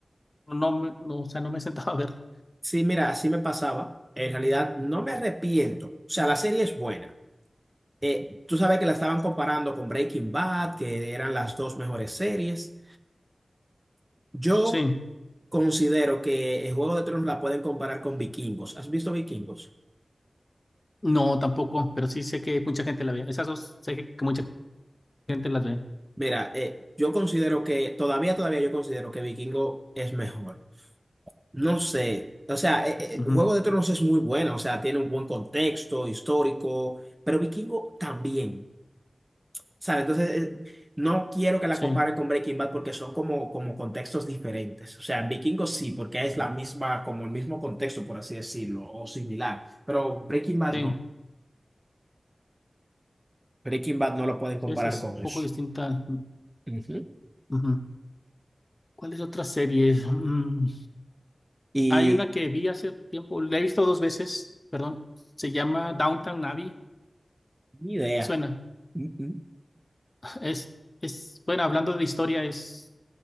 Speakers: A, on the left; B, on the right.
A: no, me- no, o sea, no me he sentado a verla.
B: Sí, mira, así me pasaba. En realidad, no me arrepiento. O sea, la serie es buena. Eh, tú sabes que la estaban comparando con Breaking Bad, que eran las dos mejores series. Yo
A: Sí,
B: considero que el Juego de Tronos la pueden comparar con Vikingos. ¿Has visto Vikingos?
A: no, tampoco, pero sí sé que mucha gente la ve. Esas dos sé que, que mucha gente las ve.
B: Mira, eh, yo considero que todavía, todavía yo considero que Vikingo es mejor. No sé, o sea, eh, eh,
A: Ujú,
B: Juego de Tronos es muy buena, o sea, tiene un buen contexto histórico, pero Vikingo también. ¿Sabes? Entonces, eh, no quiero que la
A: Sí,
B: comparen con Breaking Bad porque son como, como contextos diferentes. O sea, en Vikingos sí, porque es la misma, como el mismo contexto, por así decirlo, o similar. Pero Breaking Bad
A: sí,
B: no. Breaking Bad no lo pueden comparar
A: sí, esa es
B: con
A: un poco
B: eso.
A: distinta.
B: Ujú.
A: Ujú. ¿Cuáles otras series? Mm,
B: Y
A: Hay una que vi hace tiempo, la he visto dos veces, perdón, se llama Downtown Abbey.
B: ni idea.
A: Suena,
B: Mm, mm.
A: es, es, bueno, hablando de historia, es